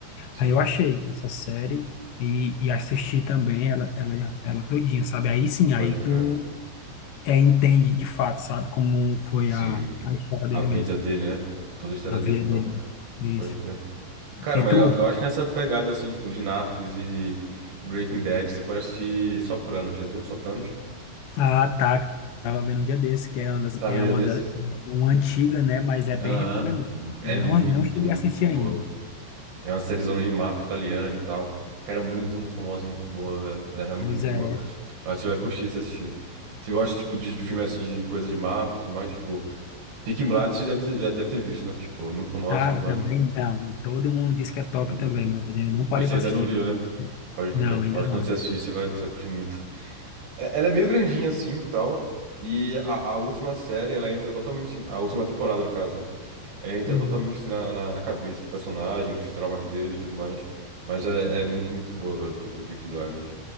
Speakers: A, on the right (about 75°); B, on the left (about 75°).
A: Sim.
B: aí eu achei essa série e, e assisti também ela, ela, ela todinha, sabe, aí sim, aí
A: Pode crer.
B: tu é, entende de fato, sabe, como foi
A: Sim.
B: a, a história
A: A
B: dele
A: vida
B: mesmo,
A: dele, né? Toda a história
B: a
A: dele
B: vida
A: e tal.
B: dele, isso,
A: Pode crer. Cara,
B: e
A: mas
B: tu,
A: eu, eu acho que nessa pegada, assim, tipo, de Narcos e Breaking Bad, você pode assistir Sopranos, já viu? Sopranos?
B: ah, tá, tava vendo um dia desse, que é uma, das-
A: Tava
B: é
A: um dia
B: uma,
A: desse?
B: da, uma antiga, né, mas é bem
A: Aham,
B: recomendado,
A: é
B: não,
A: muito,
B: não cheguei
A: muito
B: a assistir
A: boa.
B: ainda,
A: É uma sériezona de máfia italiana e tal. Cara, muito, muito famosa, muito boa, velho. Ela é realmente
B: Pois
A: muito
B: é,
A: boa. Eu Acho que você vai curtir se assistir. Você gosta, tipo, de, de filme assim, de coisa de máfia e tudo mais, tipo. Peaky Blinders você deve ter- já deve ter visto, né? Tipo, é muito famosa
B: tá,
A: e tudo mais.
B: também não. Todo mundo diz que é top
A: Tipo,
B: também, mas ainda não parei
A: Mas você
B: para
A: ainda
B: assistir.
A: não viu, né? Pode crer.
B: Não, ainda
A: Eu acho que
B: não.
A: quando você assistir, você vai, você vai curtir muito. É- Ela é meio grandinha assim e tal. E a, a última série, ela entra totalmente. assim, A última temporada, no caso, né? Ele entra
B: Uhum.
A: totalmente assim, na, na, na cabeça do personagem, dos traumas dele e tudo mais. Mas é, é muito, muito boa, velho, Br- Peaky Blinders.